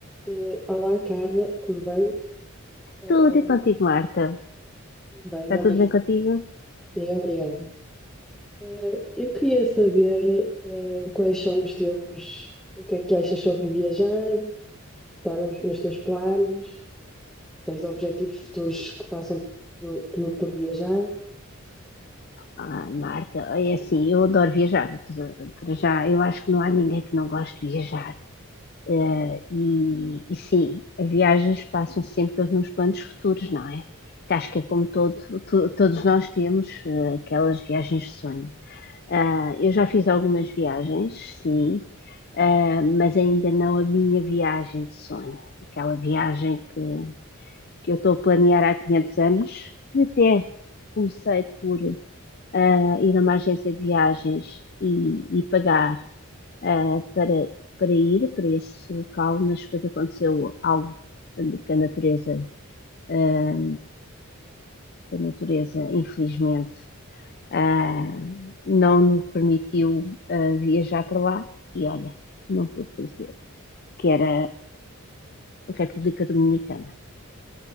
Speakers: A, in the centre; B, on the left.
A: Eh, olá, Carla, tudo bem? Eh,
B: Tudo é contigo, Marta.
A: bem,
B: Está
A: obrigada.
B: tudo bem contigo?
A: Sim, obrigada. Eh, eu queria saber, eh, quais são os teus, o que é que achas sobre viajar, estar nos, nos teus planos, se tens objetivos futuros que passam por, por, por viajar.
B: Ai, Marta, é assim, eu adoro viajar. Para já, eu acho que não há ninguém que não goste de viajar. Eh, e, e sim, viagens passam sempre pelos meus planos futuros, não é? Que acho que é como todo, to- todos nós temos eh, aquelas viagens de sonho. Ah, eu já fiz algumas viagens, sim, ah, mas ainda não a minha viagem de sonho. Aquela viagem que que eu estou a planear há 500 anos, que até comecei por ah, ir a uma agência de viagens e, e pagar ah, para, para ir para esse local, mas depois aconteceu algo que a natureza, ah, que a natureza infelizmente, ah, não me permitiu ah, viajar para lá e olha, não pude fazer, que era a República Dominicana.